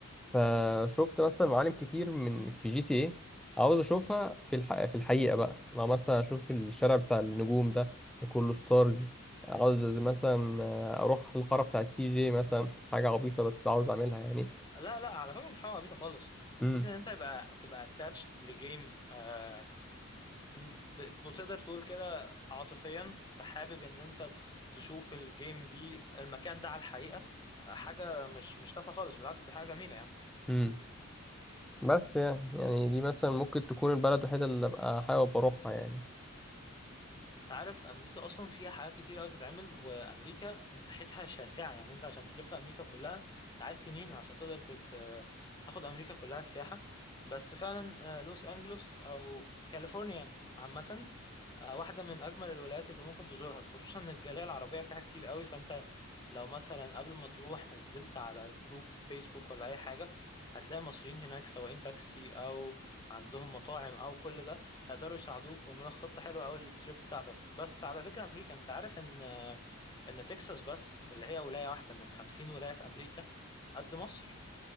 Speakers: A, in the centre; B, on the left (about 20°).
A: فشفت مثلا معالم كتير من في جي تي ايه عاوز اشوفها في الح... في الحقيقه بقى لو مثلا اشوف الشارع بتاع النجوم ده اللي كله ستارز عاوز مثلا آه، اروح الحاره بتاعت سي جي مثلا <laughs> حاجه عبيطه بس عاوز اعملها يعني
B: لا لا على فكرة مش حاجة عبيطة خالص
A: امم
B: فكرة ان انت تبقى تبقى attached لجيم آه م- ب- بتقدر تقول كده عاطفيا فحابب ان انت ت- تشوف الجيم دي المكان ده على الحقيقة آه، حاجة مش مش تافهة خالص بالعكس دي حاجة جميلة يعني
A: امم بس يعني يعني دي مثلا ممكن تكون البلد الوحيده اللي ابقى حابب اروحها يعني
B: انت عارف امريكا اصلا فيها حاجات كتير قوي تتعمل وامريكا مساحتها شاسعة يعني انت عشان تلف امريكا كلها انت عايز سنين عشان تقدر تت- تاخد امريكا كلها سياحة بس فعلا آه، لوس انجلوس او كاليفورنيا عامة آه، واحدة من أجمل الولايات اللي ممكن تزورها خصوصا إن الجالية العربية فيها كتير قوي فأنت لو مثلا قبل ما تروح نزلت على جروب فيسبوك ولا أي حاجة هتلاقي مصريين هناك سواقين تاكسي أو عندهم مطاعم أو كل ده هيقدروا يساعدوك ويعملوا لك خطة حلوة أوي للتريب بتاعتك بس على ذكر أمريكا أنت عارف إن آه، إن تكساس بس واللي هي ولاية واحدة من خمسين ولاية في أمريكا قد مصر